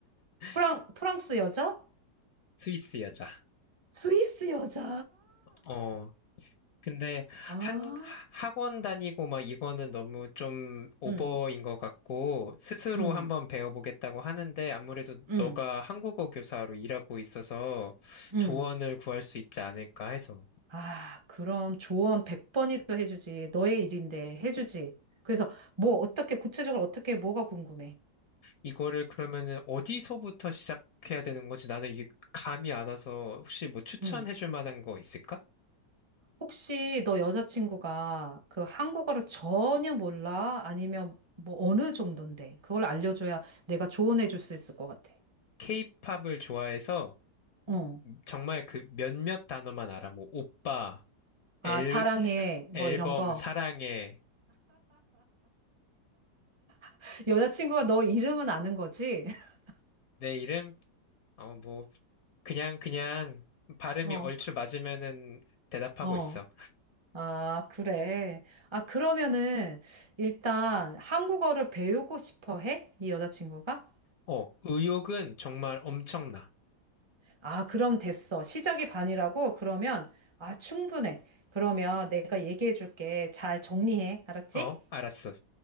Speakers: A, on the right; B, on the left.
A: 프랑,
B: <laughs>
A: 프랑스 여자?
B: 스위스 여자.
A: 스위스 여자?
B: 어. 근데
A: 아,
B: 한 학원 다니고 막 이거는 너무 좀 오버인
A: 응,
B: 것 같고 스스로
A: 응,
B: 한번 배워보겠다고 하는데 아무래도
A: 응,
B: 너가 한국어 교사로 일하고 있어서
A: 응.
B: 조언을 구할 수 있지 않을까 해서
A: 아, 그럼 조언 100번이도 해주지. 너의 일인데 해주지. 그래서 뭐 어떻게 구체적으로 어떻게 뭐가 궁금해?
B: 이거를 그러면은 어디서부터 시작해야 되는 거지? 나는 이게 감이 안 와서 혹시 뭐 추천해줄
A: 응.
B: 만한 거 있을까?
A: 혹시 너 여자친구가 그 한국어를 전혀 몰라? 아니면 뭐 어느 정도인데? 그걸 알려줘야 내가 조언해 줄 수 있을 것 같아.
B: 케이팝을 좋아해서
A: 어.
B: 정말 그 몇몇 단어만 알아. 뭐 오빠,
A: 아,
B: 앨,
A: 사랑해. 뭐
B: 앨범,
A: 이런 거.
B: 사랑해,
A: <laughs> 여자친구가 너 이름은 아는 거지? <laughs>
B: 내 이름. 어, 뭐, 그냥, 그냥 발음이
A: 어,
B: 얼추 맞으면은 대답하고
A: 어.
B: 있어.
A: 아, 그래. 아, 그러면은 일단 한국어를 배우고 싶어 해? 네 여자친구가?
B: 어, 의욕은 정말 엄청나.
A: 아, 그럼 됐어. 시작이 반이라고? 그러면 아, 충분해. 그러면 내가 얘기해 줄게. 잘 정리해. 알았지?
B: 어, 알았어.